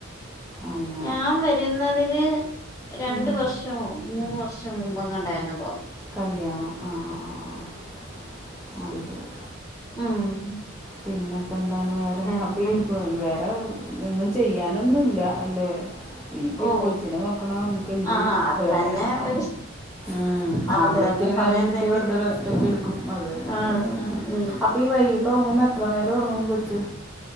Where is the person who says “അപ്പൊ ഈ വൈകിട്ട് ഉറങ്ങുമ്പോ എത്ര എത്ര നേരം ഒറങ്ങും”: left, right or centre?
Centre